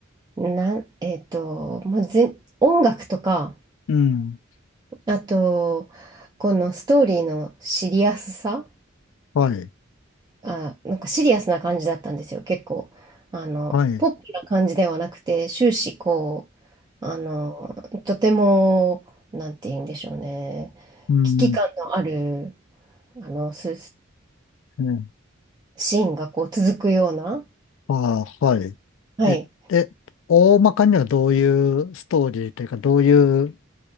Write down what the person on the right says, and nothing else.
なん、えっと、もうぜ、音楽とか、
あと、このストーリーのシリアスさ、
あ、なんかシリアスな感じだったんですよ、結構。あの、
ポップな感じではなくて、終始こう、あの、とても、なんて言うんでしょうね、
危機感のある、あの、す
シーンがこう続くような、
はい、